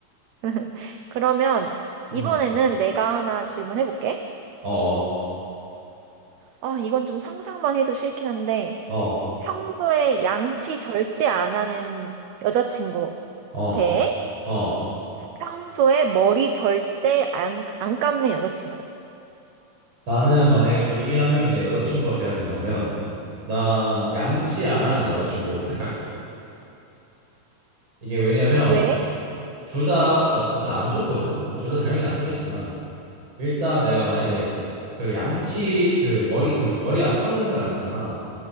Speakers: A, on the right; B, on the right.
A: <laughs> 그러면
B: 음,
A: 이번에는 내가 하나 질문해 볼게.
B: 어, 어,
A: 아, 이건 좀 상상만 해도 싫긴 한데,
B: 어,
A: 평소에 양치 절대 안 하는 여자친구
B: 어,
A: 대
B: 어,
A: 평소에 머리 절대 안, 안 감는 여자친구.
B: 나는 만약에 둘 중에 한 명이 내 여자친구가 돼야 된다면 난 양치 안 하는 여자친구를 택할게. 이게 왜냐면
A: 왜?
B: 둘 다 진짜 안 좋거든? 뭐 둘 다 당연히 안 좋겠지만 일단 내가 만약에 그 양치 그 머리 그 머리 안 감는 사람 있잖아.